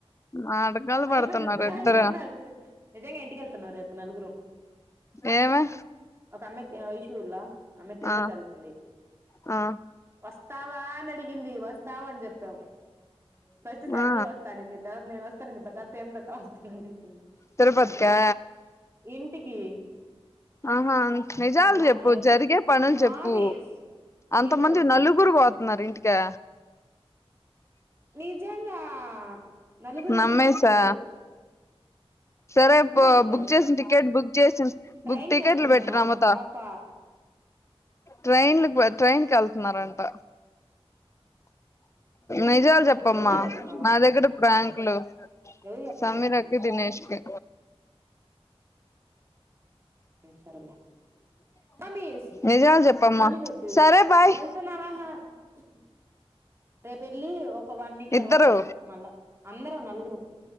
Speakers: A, on the left (about 25°); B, on the right (about 25°).
A: నాటకాలు
B: అయిపోయింది
A: పడుతున్నారు
B: ప్రాంక్
A: ఇద్దరు
B: అని అర్ధం అయి నిజంగా ఇంటికెళ్తున్నాం రేపు నలుగురం.
A: ఏమి?
B: ఒక అమ్మాయి తే ఐషుల్లా ఆ అమ్మాయి తిరుపతి
A: ఆ
B: ఎళ్తుంది.
A: ఆ
B: వస్తావా అని అడిగింది వస్తాం అని చెప్పాం, ఫస్ట్ సర్ని
A: ఆ
B: వస్తా అనింది. తర్వాత నేను వస్తానని చెప్పా, తర్వాత హేమలత వస్తానని చెప్పింది.
A: తిరుపతికా
B: ఇంటికి
A: ఆహా నిజాలు
B: మళ్ళా
A: చెప్పు,
B: అమ్మాయి వచ్చి
A: జరిగే పనులు
B: ప్రామిస్
A: చెప్పు
B: నీ
A: అంతమంది
B: మీద ఒట్టు
A: నలుగురు పోతున్నార ఇంటికా
B: నిజంగా నలుగురు వింటికి
A: నమ్మేసా
B: పోతున్నావ్
A: సరే బ
B: మాట్లాడదాం
A: బుక్ చేసిన టికెట్ బుక్ చేసిన
B: ట్రైన్
A: బుక్ టికెట్లు
B: కి వెళ్తుందమ్మా
A: పెట్టరా మోత
B: పాప
A: ట్రైన్లు ట్రైన్కి వెళ్తున్నారంట నిజాలు చెప్పమ్మా
B: ఎవరికి చెప్తున్నావా
A: నా దగ్గర ప్ర్రాంకులు
B: ఎవరికి చెప్తున్నావా
A: సమీరాకి దినేష్కి
B: సరేలే మమ్మీస్
A: నిజాలు చెప్పమ్మా
B: నీ మీద ఒట్టు
A: సరే బాయ్
B: <unintelligible> రేపెళ్ళి ఒక వన్ వీక్
A: ఇద్దరు
B: తర్వాత వస్తాం మళ్ళా అందరం నలుగురుమ్